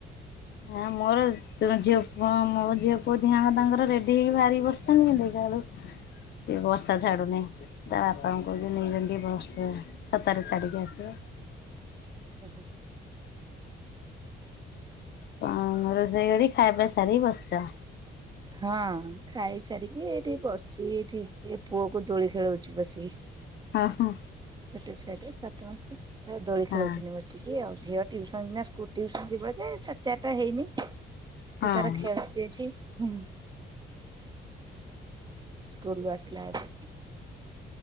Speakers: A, on the left; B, on the right.
A: ନାଁ ମୋର ଜୁ। ତମ ଝିଅ ପୁଅ ମୋ ଝିଅ ପୁଅ ଦିହେଁଙ୍କ ତାଙ୍କର ରେଡି ହେଇକି ବାହାରିକି ବସିଥାନ୍ତି କିନ୍ତୁ ଦେଖିଲାବେଳ କୁ ଟିକେ ବର୍ଷା ଛାଡ଼ୁନି ତା ବାପାଙ୍କୁ କହୁଥିଲି ନେଇ ଯାଆବି ଟିକେ ଛତାରେ ଛାଡ଼ିକି ଆସିବ।
B: ହୁଁ ହୁଁ।
A: କଣ ରୋଷେଇ କରି ଖା ପିଅ ସାରିକି ବସିଛ?
B: ହଁ ଖାଇସାରିକି ଏଇଠି ବସଚି ଏଠି ଏ ପୁଅ କୁ ଦୋଳି ଖେଳଉଛି ବସିକି।
A: ହ ହଁ।
B: ଛୋଟ ଛୁଆ ଟି ସାତ ମାସ ତା ଦୋଳି
A: ହଁ
B: ଖେଳଉଥିଲି ବସିକି। କି ଆଉ ଝିଅ ଟ୍ୟୁସନ ଯା ସ୍କୁଲ ଟ୍ୟୁସନ ଯିବ ଯେ ସାଢ଼େ ଚାରିଟା ହେଇନି।
A: ହଁ।
B: ସେ ତାର ଖେଳୁଛି ଏଠି। ହୁଁ ସ୍କୁଲରୁ ଆସିଲ ଆଜି।